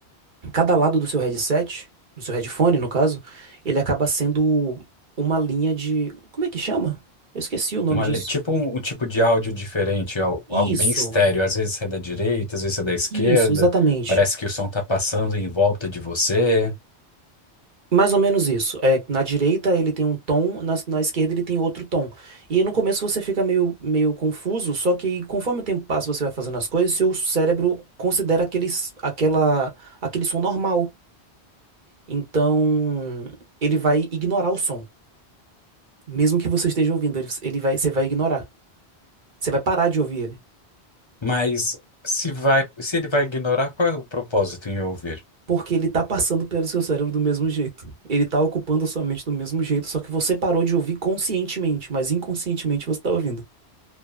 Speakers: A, on the right (about 50°); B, on the left (about 30°).
A: Cada lado do seu headset, do seu headphone, no caso, ele acaba sendo uma linha de, como é que chama? Eu esqueci o nome
B: Uma
A: disso.
B: le- tipo um, um tipo de áudio diferente, al-
A: Isso,
B: algo bem estéreo. Às vezes é da direita, às vezes é da esquerda.
A: isso, exatamente.
B: Parece que o som tá passando em volta de você.
A: Mais ou menos isso. É, na direita ele tem um tom, na, na esquerda ele tem outro tom. E no começo você fica meio, meio confuso, só que conforme o tempo passa, você vai fazendo as coisas, seu cérebro considera aqueles, aquela, aquele som normal. Então ele vai ignorar o som. Mesmo que você esteja ouvindo, ele, ele vai, você vai ignorar. Você vai parar de ouvir ele.
B: Mas se vai, se ele vai ignorar, qual é o propósito em ouvir?
A: Porque ele tá passando pelo seu cérebro do mesmo jeito. Ele tá ocupando a sua mente do mesmo jeito, só que você parou de ouvir conscientemente, mas inconscientemente você tá ouvindo.